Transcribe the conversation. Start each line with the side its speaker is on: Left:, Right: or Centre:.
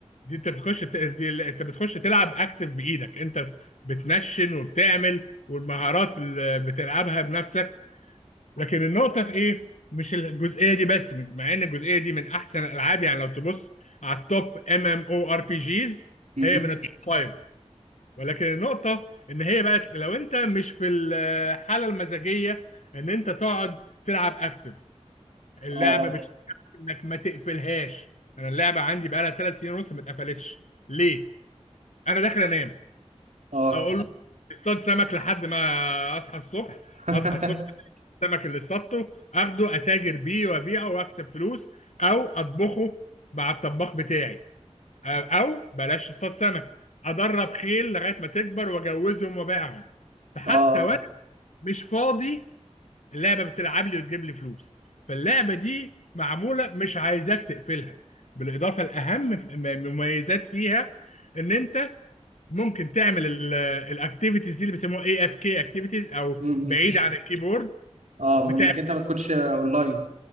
Left: دي انت بتخش ت- دي ال- انت بتخش تلعب اكتف بايدك انت بتنشن وبتعمل والمهارات اللي بتلعبها بنفسك لكن النقطة في إيه؟ مش الجزئية دي بس مع إن الجزئية دي من أحسن الألعاب يعني لو تبص على التوب ام ام او ار بي جيز
Right: مهم.
Left: هي من التوب فايف ولكن النقطة إن هي بقت لو أنت مش في الحالة المزاجية إن أنت تقعد تلعب أكتف اللعبة
Right: اه
Left: بتشجعك إنك ما تقفلهاش أنا اللعبة عندي بقالها ثلاث سنين ونص ما اتقفلتش ليه؟ أنا داخل أنام
Right: اه اه
Left: أقول اصطاد سمك لحد ما أصحى الصبح
Right: <laughs>
Left: أصحى الصبح السمك اللي اصطادته اخده اتاجر بيه وابيعه واكسب فلوس او اطبخه مع الطباخ بتاعي آه، او بلاش اصطاد سمك ادرب خيل لغايه ما تكبر واجوزهم وابيعهم فحتى
Right: اه آه.
Left: وانا مش فاضي اللعبه بتلعب لي وتجيب لي فلوس فاللعبه دي معموله مش عايزاك تقفلها بالاضافه الاهم مميزات فيها ان انت ممكن تعمل الاكتيفيتيز دي اللي بيسموها اي اف كي اكتيفيتيز او
Right: مم.
Left: بعيد عن الكيبورد
Right: اه
Left: بتعمل
Right: من انك انت ما تكونش اونلاين